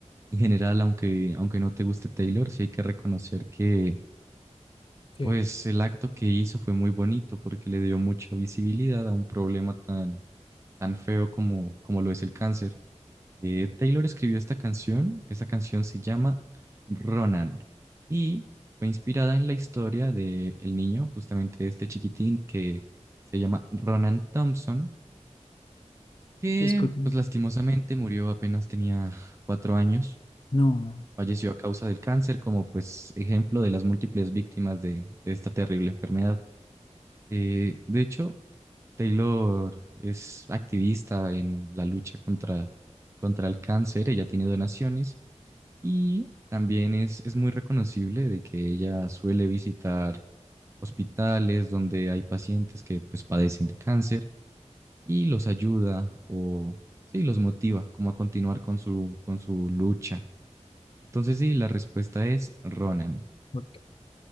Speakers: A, on the right (about 25°); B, on the left (about 45°).
A: En general, aunque, aunque no te guste Taylor, sí hay que reconocer que,
B: Sí.
A: pues, el acto que hizo fue muy bonito porque le dio mucha visibilidad a un problema tan, tan feo como, como lo es el cáncer. Eh, Taylor escribió esta canción, esta canción se llama Ronan y fue inspirada en la historia de el niño, justamente este chiquitín que se llama Ronan Thompson, que
B: Disculpen.
A: pues lastimosamente murió apenas tenía cuatro años,
B: No,
A: falleció a causa del cáncer como pues ejemplo de las múltiples víctimas de, de esta terrible enfermedad. Eh, de hecho, Taylor es activista en la lucha contra, contra el cáncer, ella tiene donaciones y también es, es muy reconocible de que ella suele visitar hospitales donde hay pacientes que pues padecen de cáncer y los ayuda o sí, los motiva como a continuar con su, con su lucha. Entonces sí, la respuesta es Ronan.
B: ok.